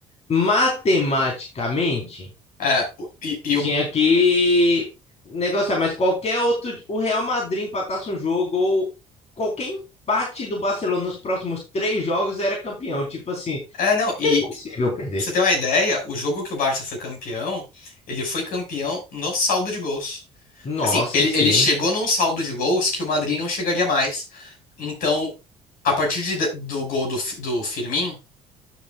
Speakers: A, on the left; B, on the left.
A: matematicamente
B: É, o- e, e
A: tinha
B: o,
A: que negociar, mas qualquer outro. O Real Madrid empatasse um jogo ou qualquer empate do Barcelona nos próximos três jogos era campeão. Tipo assim.
B: é, não, e
A: É impossível perder.
B: pra você ter uma ideia, o jogo que o Barça foi campeão, ele foi campeão no saldo de gols.
A: Nossa,
B: Assim, ele,
A: sim.
B: ele chegou num saldo de gols que o Madrid não chegaria mais. Então, a partir de- do gol do, Fi- do Firmin,